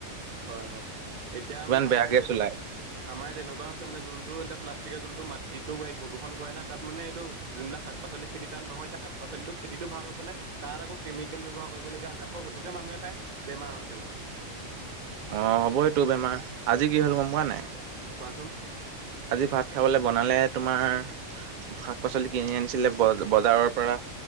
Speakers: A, on the right (about 45°); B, on the right (about 85°).
A: হয় হয় এতিয়া
B: কিমান
A: মানে
B: বেয়া
A: আমাৰ ইয়াত
B: গেছ
A: এদম
B: ওলাই
A: আমাৰ ইয়াত এনেকুৱা আছে মানে যোনটো এটা প্লাষ্টিকৰ যোনটো মাটিতটো এই প্ৰদূষণ কৰে ন তাত মানে এইটো যোনবিলাক শাক পাচলি খেতি তাত নহয় এতিয়া শাক পাচলিটো খেতিটো ভাল হ'বলৈ তাত আকৌ কেমিকেল ব্যৱহাৰ কৰিবলগীয়া হৈছে আকৌ হওঁতোকে মানুহে খাই বেমাৰ হৈছে মানে
B: অহ হ'বইটো বেমাৰ আজি কি হ'ল গম পোৱা নাই
A: কোৱাচোন
B: আজি ভাত খাবলৈ বনালে। তোমাৰ শাক পাচলি কিনি আনিছিলে বজ বজাৰৰ পৰা